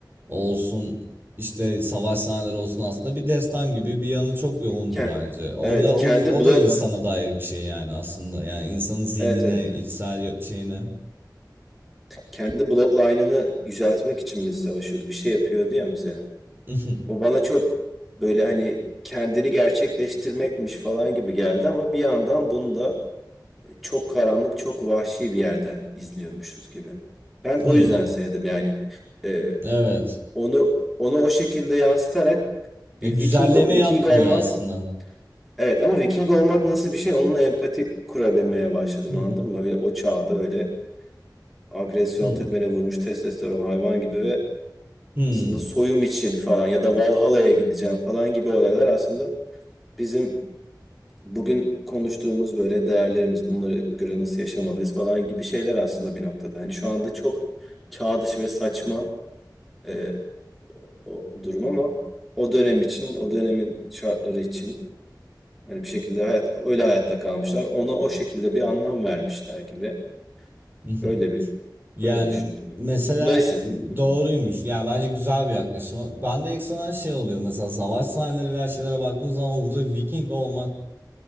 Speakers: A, on the right; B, in the centre.
A: olsun işte savaş sahneleri olsun aslında bir destan gibi bir yanı çok yoğundu
B: Ken-
A: bence. Orada
B: evet kendi
A: o, o
B: blog
A: da insana dair bir şey yani aslında yani insanın zihnine
B: evet evet
A: içsel yo- şeyine.
B: kendi bloodline'ını yüceltmek için mi savaşıyordu? Bir şey yapıyordu ya mesela.
A: <laughs>
B: O bana çok böyle hani kendini gerçekleştirmekmiş falan gibi geldi ama bir yandan bunu da çok karanlık, çok vahşi bir yerden izliyormuşuz gibi. Ben o
A: Hmm,
B: yüzden sevdim yani. Ee,
A: Evet.
B: onu onu o şekilde yansıtarak
A: Ya
B: bir
A: güzelleme
B: Viking Viking
A: yapmıyor
B: olmak
A: aslında.
B: evet ama Viking olmak nasıl bir şey onunla empati kurabilmeye başladım
A: <laughs>
B: anladın mı? Öyle o çağda öyle agresyon
A: Hmm,
B: tepene vurmuş testosteron hayvan gibi ve
A: hmm,
B: aslında soyum için falan ya da Valhalla'ya gideceğim falan gibi olaylar aslında bizim bugün konuştuğumuz böyle değerlerimiz, bunlara göre nasıl yaşamalıyız falan gibi şeyler aslında bir noktada. Hani şu anda çok çağ dışı ve saçma e, o durum ama o dönem için, o dönemin şartları için hani bir şekilde hayat öyle hayatta kalmışlar. Ona o şekilde bir anlam vermişler gibi.
A: <laughs>
B: Öyle bir
A: Yani
B: böyle düşündüm yani.
A: mesela
B: Bunları hissettim.
A: ıı,
B: Hı.
A: doğruymuş. Yani bence güzel bir yaklaşım. Bende ekstradan şey oluyor. Mesela savaş sahneleri veya şeylere baktığım zaman orada Viking olmaktan